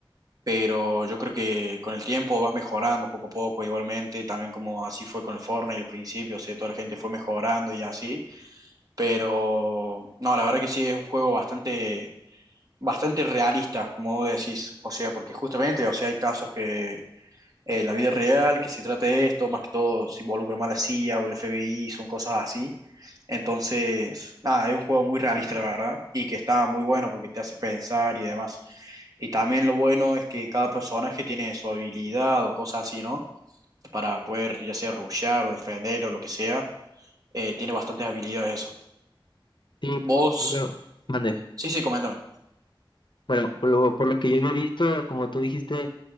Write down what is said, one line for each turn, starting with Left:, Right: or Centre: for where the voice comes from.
Right: pero yo creo que con el tiempo vas mejorando poco a poco igualmente, también como así fue con el Fortnite al principio, o sea, toda la gente fue mejorando y así, pero no, la verdad que sí es un juego bastante, bastante realista, como vos decís, o sea, porque justamente, o sea, hay casos que eh, la vida real, que se trate de esto, más que todo se involucra más la CIA o el FBI, son cosas así. Entonces, nada, es un juego muy realista, la verdad, y que está muy bueno porque te hace pensar y demás. Y también lo bueno es que cada personaje tiene su habilidad o cosas así, ¿no? Para poder ya sea rushear o defender o lo que sea, eh, tiene bastantes habilidades eso.
Left: Sí, por
Right: Vos,
Left: lo que yo... Mande.
Right: sí, sí, coméntame.
Left: Bueno, por lo, por lo que yo había visto, como tú dijiste,